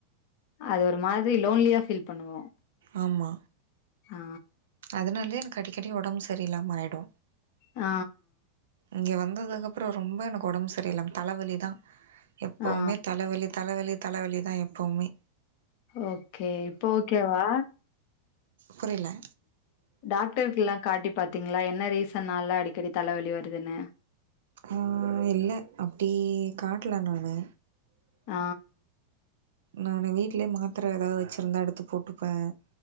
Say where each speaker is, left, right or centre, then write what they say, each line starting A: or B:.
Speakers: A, on the left; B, on the right.
A: அது ஒரு மாரி லோன்லியா ஃபீல் பண்ணுவோ
B: ஆமா
A: ஆ
B: அதனாலயே எனக்கு அடிக்கடி உடம்பு சரியலாம ஆயிடு
A: ஆ
B: இங்க வந்ததுக்க அப்புற ரொம்ப எனக்கு உடம்பு சரியில தலவலி தா எப்பவுமே
A: ஆ
B: தலவலி தலவலி தலவலி தா எப்பவுமே
A: ஓகே இப்ப ஓகேவா
B: புரியில
A: டாக்டருக் எல்லா காட்டி பார்த்தீங்களா என்ன ரீசன்ல்லா அடிக்கடி தலவலி வருதுன்னு
B: ஆ இல்ல அப்டி காட்டல நானு
A: ஆ
B: நானு வீட்லயே மாத்திர ஏதாவது வச்சிருந்தா எடுத்து போட்டுப்ப